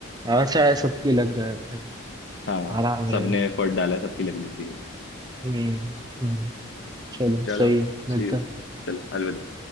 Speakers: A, on the right (about 20°); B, on the left (about 60°).
A: आशा है सबकी लग जाए भाई
B: हाँ
A: आराम
B: सबने
A: रहे
B: एफर्ट डाला है, सबकी लगनी चाहिए
A: हम्म हम्म चलो
B: चलो
A: सही
B: फिर
A: है मिलता
B: सी यू
A: है
B: चलो अलविदा